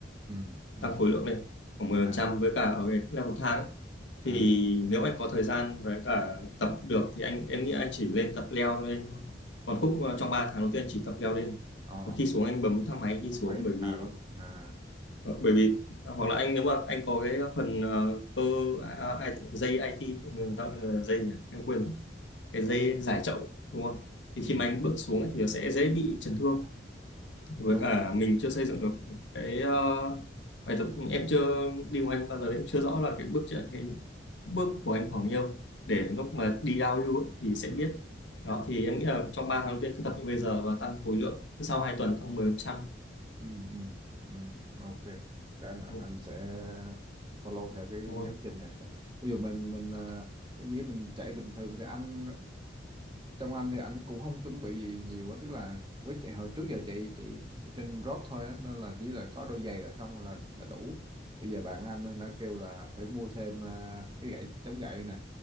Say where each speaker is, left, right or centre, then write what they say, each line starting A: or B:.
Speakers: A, on the right (about 25°); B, on the left (about 80°).
A: ừ ừ
B: Tăng khối lượng lên khoảng mười
A: à
B: phần trăm với cả ở cái là một tháng ấy. Thì
A: à
B: nếu anh có thời gian với cả tập được thì anh em nghĩ anh chỉ lên tập leo lên thôi. Còn khúc ờ, trong 3 tháng đầu tiên anh chỉ tập leo lên.
A: ồ
B: Còn khi xuống anh bấm thang máy anh đi xuống
A: mấy
B: bởi vì
A: à vâng à
B: ờ, bởi vì à, hoặc là anh nếu mà anh có cái phần ờ, cơ à, à, dây IT người ta gọi là dây nhỉ em quên rồi cái dây giải chậu đúng không thì
A: ừ
B: khi mà anh bước xuống ấy, thì nó sẽ dễ bị chấn thương với
A: đúng
B: cả
A: rồi
B: mình chưa
A: ừ
B: xây dựng được cái ờ, bài tập em chưa đi cùng anh bao giờ em chưa rõ là cái bước chạy- cái bước của anh khoảng nhiêu để lúc mà đi downhill ấy, thì sẽ
A: ừ
B: biết đó thì em nghĩ là trong 3 tháng đầu tiên cứ tập như bây giờ và tăng khối lượng cứ sau 2 tuần tăng 10%
A: ừ ừ ừ ok Để anh anh
B: đúng
A: anh sẽ follow theo cái,
B: đúng
A: cái
B: không
A: giáo trình này ví dụ mình mình ờ, ví dụ mình chạy bình thường thì anh trong anh thì anh cũng không chuẩn bị gì nhiều á tức là với chạy hồi trước giờ chạy chạy trên road thôi á nên là chỉ là có đôi giày là xong là là đủ bây giờ bạn anh thì nó kêu là phải mua thêm ờ, cái gậy chống gậy nè